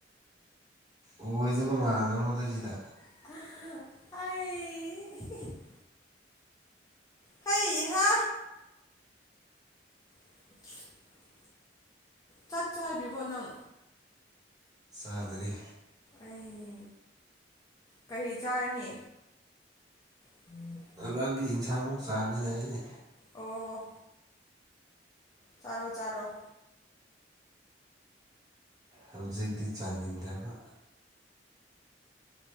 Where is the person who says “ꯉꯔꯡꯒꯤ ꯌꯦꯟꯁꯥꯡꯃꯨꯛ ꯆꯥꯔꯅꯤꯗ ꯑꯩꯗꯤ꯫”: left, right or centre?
Right